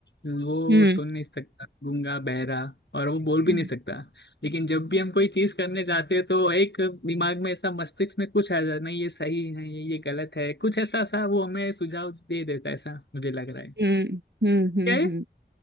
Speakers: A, on the left; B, on the right.
A: वो
B: हम्म
A: सुन नहीं सकता गूंगा बहरा और वो बोल भी
B: हम्म
A: नहीं सकता लेकिन जब भी हम कोई चीज करने जाते हैं तो एक दिमाग में ऐसा मस्तिष्क में कुछ आ जाता है, नहीं ये सही है ये ये गलत है कुछ ऐसा सा वो हमें सुझाव दे देता है ऐसा मुझे लग रहा है
B: हम्म हम्म हम्म
A: क्या है
B: हम्म,